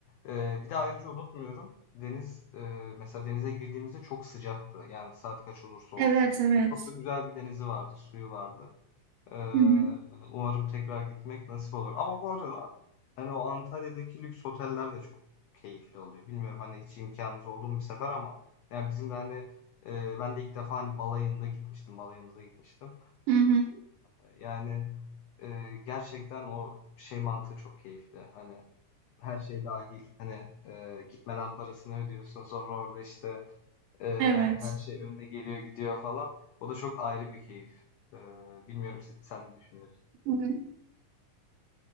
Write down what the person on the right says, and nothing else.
Evet evet.
Hı hı.
Hı hı.
Evet.
Hı hı.